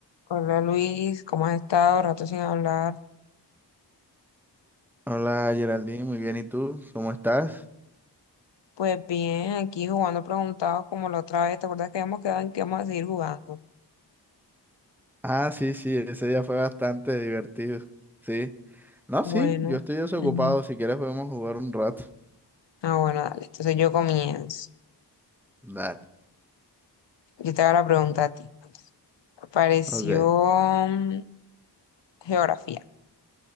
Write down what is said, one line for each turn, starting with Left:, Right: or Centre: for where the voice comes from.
Left: Hola Luis, ¿cómo has estado? Rato sin hablar.
Centre: Hola Geraldine, muy bien. ¿Y tú? ¿Cómo estás?
Left: Pues bien, aquí jugando preguntados como la otra vez. ¿Te acuerdas que habíamos quedado en que vamos a seguir jugando?
Centre: Ah, sí, sí, ese día fue bastante divertido. Sí. No,
Left: Bueno,
Centre: sí, yo estoy desocupado.
Left: ujú.
Centre: Si quieres podemos jugar un rato.
Left: Ah, bueno, dale. Entonces yo comienzo.
Centre: Dale.
Left: Yo te hago la pregunta a ti. Apareció
Centre: Ok.
Left: mm, geografía.